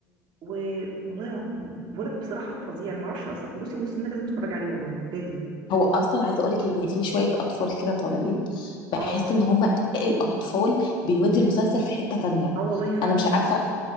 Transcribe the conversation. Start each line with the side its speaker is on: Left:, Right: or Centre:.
Right: و... والله يع- ولد بصراحه فظيع انا ما اعرفش اصلا بصي مستنى لازم تتفرج عليه والله لازم
Left: هو اصلا عايزه اقولك ان في شويه اطفال كده طالعين بحس
Right: اه
Left: ان هم الاطفال بيودي المسلسل في حته تانية
Right: اه والله فعلا
Left: انا مش عارفه